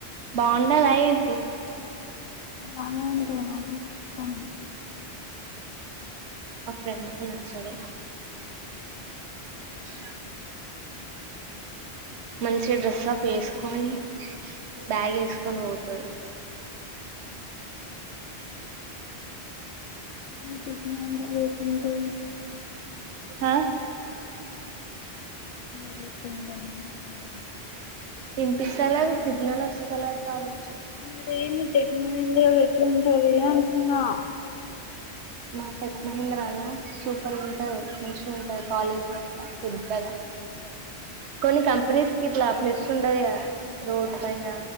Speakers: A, on the right; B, on the left.
A: బాగుండదా ఏంటి
B: బానే ఉంటది నాకు కానీ
A: మా ఫ్రెండ్ కు నచ్చదు <inaudible> మంచి డ్రెస్ అప్ వేసుకొని బ్యాగ్ వేసుకొని పోతుంది
B: <unintelligible>
A: హా
B: <inaudible>
A: వినిపిస్తలేదు సిగ్నల్ వస్తలేదు కావచ్చు
B: అదేమి టెక్ మహీంద్రా ఎట్లుంటది అంటున్నా
A: మా టెక్ మహీంద్రా నా సూపర్‌గా ఉంటది మంచిగా ఉంట కాలేజ్ లో పెద్దగా కొన్ని కంపెనీస్ కి ఇట్లా అప్లిస్ ఉండది కదా రోడ్ పైన